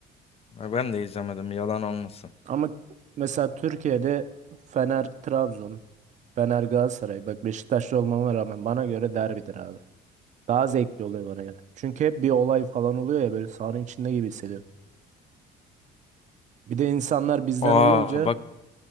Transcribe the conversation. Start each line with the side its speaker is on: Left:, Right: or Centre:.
Left: Ha, Ben de izlemedim yalan olmasın.
Right: Ama mesela Türkiye'de Fener Trabzon, Fener Galatasaray. Bak Beşiktaşlı olmama rağmen bana göre derbidir abi. Daha zevkli oluyor bana göre. Çünkü hep bir olay falan oluyor ya böyle sahanın içinde gibi hissediyorum. Bir de insanlar bizden
Left: Aa
Right: olunca
Left: bak